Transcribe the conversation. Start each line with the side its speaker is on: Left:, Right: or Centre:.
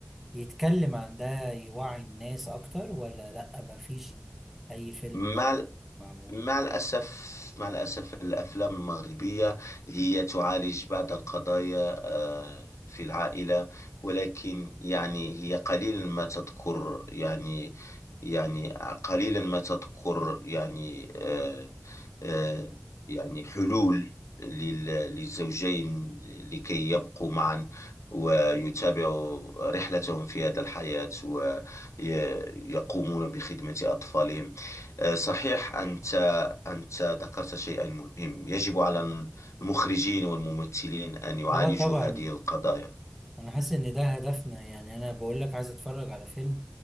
Centre: يتكلم عن ده يوعي الناس اكتر ولا لا مفيش اي فيلم
Left: ما
Centre: معمول
Left: مع الأسف مع الأسف الأفلام المغربية هي تعالج بعض القضايا آه، في العائلة ولكن يعني هي قليلا ما تذكر يعني يعني قليلا ما تذكر يعني آه، آه، يعني حلول لل- للزوجين لكي يبقوا معا ويتابعوا رحلتهم في هذا الحياة ويقومون بخدمة أطفالهم آه، صحيح أنت أنت ذكرت شيئا مهم يجب على المخرجين والممثلين أن يعالجوا
Centre: اه طبعا
Left: هذه القضايا
Centre: انا حاسس ان ده هدفنا يعني انا بقول لك عايز اتفرج على فيلم